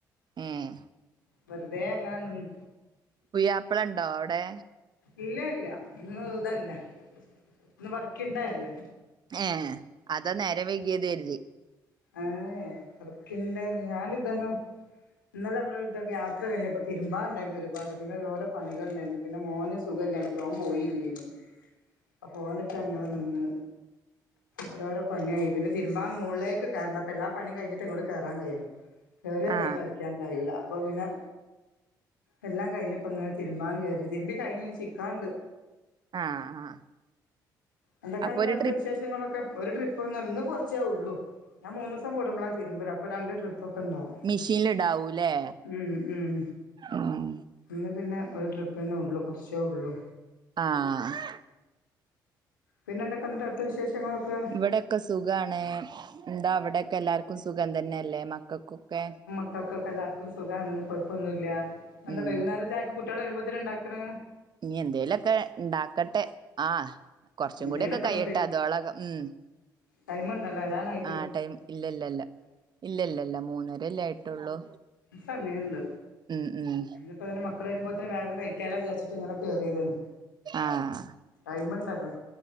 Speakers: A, on the right; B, on the left.
A: ഏഹ്
B: വെറുതെ അങ്ങനെ നിന്ന്
A: പുയ്യാപ്പിളണ്ടോ അവടെ
B: ഇല്ല ഇല്ല ഇന്ന് ഇതല്ലേ ഇന്ന് വർക്കിങ് ഡേ അല്ലെ
A: ഏ അതാ നേരം വൈകിയത് കരുതി
B: ഏഹ് ഏ വർക്കിങ് ഡേ <unintelligible> ഞാനിതന്നോ ഇന്നലെ നമ്മള് ഇവിട്ത്തെ യാത്ര കഴിഞ്ഞപ്പോൾ തിരുമ്പാ ഉണ്ടായിരുന്നു ഒരുപാട് ഓരോരോ പണികൾണ്ടായിരുന്ന് പിന്നെ മോന് സു സുഖംല്ലാഞ്ഞിട്ട് ഓൻ പോയില്ലേനു അപോനൈട്ട് അങ്ങനെ നിന്ന് ഓരോരോ പണിയായി പിന്നെ തിരുമ്പാ മോളില് ക്ക് കേറണം അപ്പൊ എല്ലാ പണിയും കിഴിഞ്ഞിട്ട് ഇങ്ങോട്ട് കേറാൻ കഴിയൂ കയറി ഇറങ്ങി
A: ആഹ്
B: കളിക്കാൻ കഴിയില്ല അപ്പൊ പിന്നെ എല്ലാം കഴിഞ്ഞപ്പോ ഇങ്ങനെ തിരുമ്പാൻ കേറി തിരുമ്പി കഴിഞ്ഞ് ഇനി ചിക്കാണ്ട്
A: ആഹ് ആഹ്
B: എന്തൊക്കാണ്ട്
A: അപ്പൊ ഒരു
B: അട്ത്ത
A: ട്രിപ്പ്
B: വിശേഷങ്ങളൊക്കെ ഒരു ട്രിപ്പ് ഇന്ന് കൊർച്ചേ ഒള്ളൂ ഞാൻ മൂന്നൂസം കൂടുമ്പളാ തിരുമ്പല് അപ്പൊ രണ്ട് ട്രിപ്പ് ഒക്കെ ഇണ്ടാവും
A: മിഷീനിലിടാവൂല്ലേ
B: ഉം ഉം
A: ഉം
B: ഇന്ന് പിന്നെ ഒരു ട്രിപ്പന്നെ ഒള്ളു കൊർച്ചേ ഒള്ളൂ
A: ആഹ്
B: പിന്നെ എന്തൊക്കെ എന്നിട്ട് അട്ത്ത വിശേഷങ്ങളൊക്കെ
A: ഇവിടെക്കെ സുഖാണ് എന്താ അവിടെക്കെ എല്ലാർക്കും സുഖം തന്നെയല്ലേ മക്കൾക്കൊക്കെ
B: ക്കൊക്കെ എല്ലാർക്കും സുഖാണ് കൊഴപ്പൊന്നുല്ല എന്താ
A: ഉം
B: വൈകുന്നേരം ചായക്ക് കുട്ടികള് വരുമ്പോത്ത്ന് ഉണ്ടാക്കണ്
A: ഇനി എന്തേലൊക്കെ ഇണ്ടാക്കട്ടെ ആഹ് കൊർച്ചും
B: എന്തെങ്കിലൊക്കെ
A: കൂടിയൊക്കെ കൈയട്ടെ അതോള ഉം
B: ടൈമ്ണ്ട് അല്ലേ വരാനായി
A: ആ ടൈം ഇല്ലല്ലല്ല ഇല്ലല്ലല്ല മൂന്നര അല്ലേ ആയിട്ടുള്ളൂ
B: സമയണ്ട്
A: ഉം ഉം
B: അപ്പ പിന്നെ മക്കള് വരുമ്പോത്തന് വേഗം കഴിക്കാലോ വിചാരിച്ചിട്ട് ഇങ്ങന കേറിയേതേന്നു
A: ആഹ്
B: ടൈമ് ഉണ്ടല്ലോ.